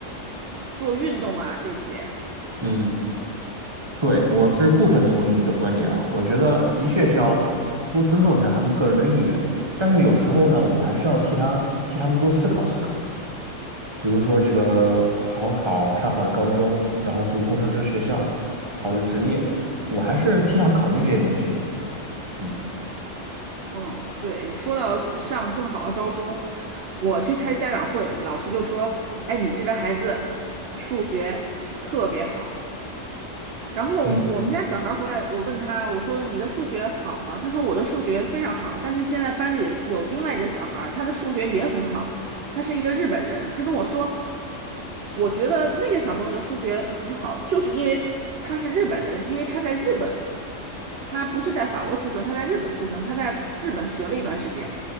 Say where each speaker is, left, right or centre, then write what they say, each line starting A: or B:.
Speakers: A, on the right; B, on the right.
A: 做运动啊这些。
B: 嗯。对，我是部分同意你的观点啊，我觉得的确是要多尊重一下他们个人的意愿，但是有时候呢，我们还是要替他替他们多思考思考，比如说这个好好考上好的高中，然后读工程师学校，好的职业，我还是替他考虑这些东西的。嗯
A: 嗯，对，说到上更好的高中，我去开家长会，老师就说：“哎，你这个孩子数学特别好。”然后我们家小孩儿回来，
B: 嗯，
A: 我问他，我说你的数学好吗？他说我的数学非常好，但是现在班里有另外一个小孩儿，他的数学也很好，他是一个日本人。他跟我说，我觉得那个小朋友的数学很好，就是因为他是日本人，因为他在日本，他不是在法国出生，他在日本出生，他在日本学了一段时间。